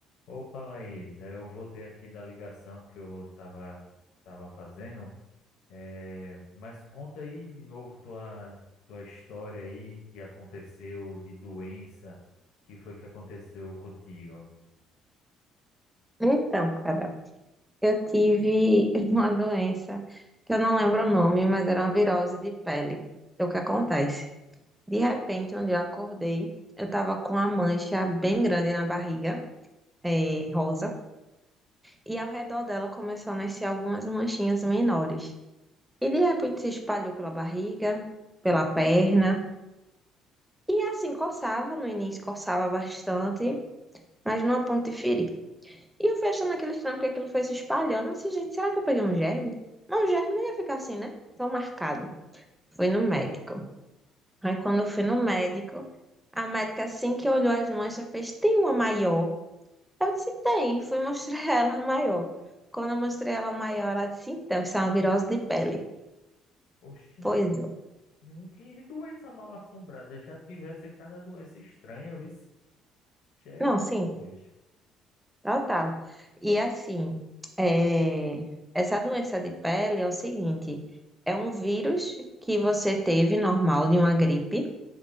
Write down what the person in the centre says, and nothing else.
Então, cara, eu tive <laughs> uma doença que eu não lembro o nome, mas era uma virose de pele. Então, o que acontece? De repente, um dia eu acordei, eu tava com uma mancha bem grande na barriga, eh, rosa, e ao redor dela começou a nascer algumas manchinhas menores. E de repente se espalhou pela barriga, pela perna, e assim coçava, no início coçava bastante, mas não a ponto de ferir. E eu fui achando aquele estranho porque aquilo foi se espalhando. Eu disse, gente, será que eu peguei um germe? Mas o germe não ia ficar assim, né? Tão marcado. Fui no médico. Aí quando eu fui no médico, a médica assim que olhou as manchas fez, tem uma maior? Eu disse, tem. Fui mostrar <laughs> ela a maior. Quando eu mostrei ela a maior, ela disse, então, isso é uma virose de pele.
Pois é.
Não, sim, total. E assim, é, essa doença de pele é o seguinte, é um vírus que você teve normal de uma gripe,